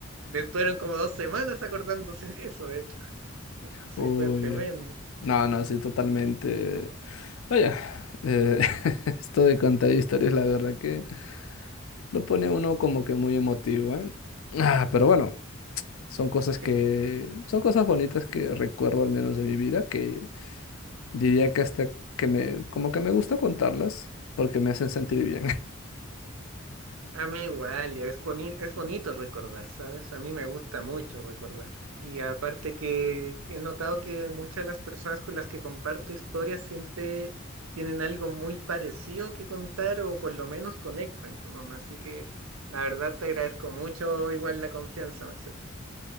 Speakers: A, on the right (about 75°); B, on the left (about 80°).
A: Estuvieron como dos semanas acordándose de eso, de hecho. Sí,
B: Uy.
A: fue tremendo.
B: No, no, sí, totalmente. Vaya, eh, <laughs> esto de contar historias, la verdad que lo pone uno como que muy emotivo, ¿eh? Ah, pero bueno, son cosas que,
A: Sí.
B: son cosas bonitas que recuerdo al menos de mi vida, que diría que hasta que me, como que me gusta contarlas porque me hacen sentir bien.
A: A mí igual, es boni- es bonito recordar, ¿sabes? A mí me gusta mucho recordar. Y aparte que he notado que muchas de las personas con las que comparto historias siempre tienen algo muy parecido que contar o por lo menos conectan con uno. Así que la verdad te agradezco mucho igual la confianza, Marcel.